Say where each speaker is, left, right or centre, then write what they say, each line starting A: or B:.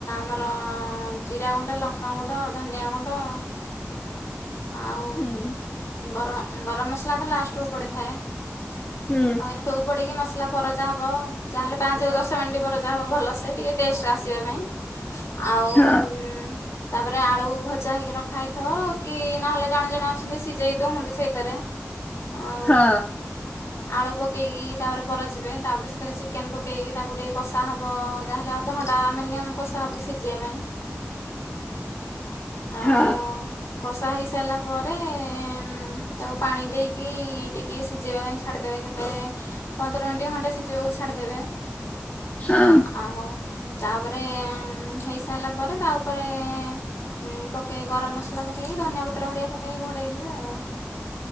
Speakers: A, on the left; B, on the left.
A: ମ ର ଜିରାଗୁଣ୍ଡ, ଲଙ୍କାଗୁଣ୍ଡ, ଧନିଆ ଗୁଣ୍ଡ। ଆଉ
B: ହୁଁ।
A: ଗର ଗରମ ମସଲା ତ ଲାଷ୍ଟକୁୁ ପଡିଥାଏ। <unintelligible>
B: ହୁଁ
A: ସବୁ ପଡ଼ିକି ମସଲା ପରଜା ହବ। ଯାହାହେଲେ ପାଞ୍ଚେରୁ ଦଶ ମିନିଟ୍ ପରଜା ହବ ଭଲସେ, ଟିକେ ଟେଷ୍ଟ ଆସିବା ପାଇଁ। ଆଉ
B: ହଁ
A: ଉଁ ତାପରେ ଆଳୁ ଭଜା ହେଇକି ରଖା ହେଇଥବ। କି ନହେଲେ ଜଣେ ଜଣେ ଅଛନ୍ତି ସିଝେଇ ଦଉଁସନ୍ତି ସେଇତରେ। ଆଉ
B: ହଁ
A: ଆଳୁ ପକେଇକି ତାପରେ ପରଚିବେ। ତାପରେ ସେଥିରେ ଚିକେନ ପକେଇକି ତାକୁ ଟିକେ କଷା ହବ ଯାହାହେଲେ ଅଧ ଘ ଧ ଘଣ୍ଟା ମିନିଅମ୍ କଷା ହବ ସିଝିଆ ପାଇଁ। ଆଉ
B: ହଁ
A: କଷା ହେଇସାରିଲା ପରେ ଉଁ ତାକୁ ପାଣି ଦେଇ କି ଟିକେ ସିଝେଇବା ପାଇଁ ଛାଡିଦେବେ କେତେ ତେ ପନ୍ଦର ମିଣ୍ଟି ଖଣ୍ଡେ ସିଝେଇବାକୁ ଛାଡିଦେବେ।
B: ହଁ
A: ଆଉ ତାପରେ ଉଁ ହେଇ ସାରିଲା ପରେ ତା ଉପରେ ଉଁ ପକେଇ ଗରମ ମସଲା ପକେଇକି ଧନିଆ ପତ୍ର ହେରିକା ପକେଇକି ଘୋଡେଇଦବେ ଆଉ।